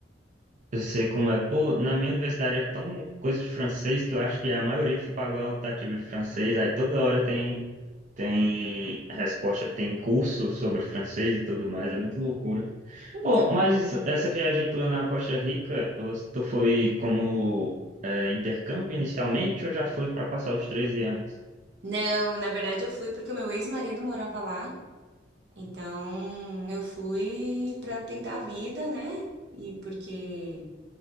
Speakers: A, on the right; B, on the right.
A: eu sei como é. Pô, na minha universidade é tão coisa de francês que eu acho que a maioria pagou a optativa de francês. Aí toda hora tem, tem resposta, tem curso sobre francês e tudo mais. É muito loucura.
B: Então,
A: Pô, mas isso- essa viagem tua na Costa Rica, os- tu foi como é, intercâmbio inicialmente ou já foi para passar os treze anos?
B: não, na verdade eu fui porque o meu ex-marido morava lá, então eu fui pra tentar a vida, né? E porque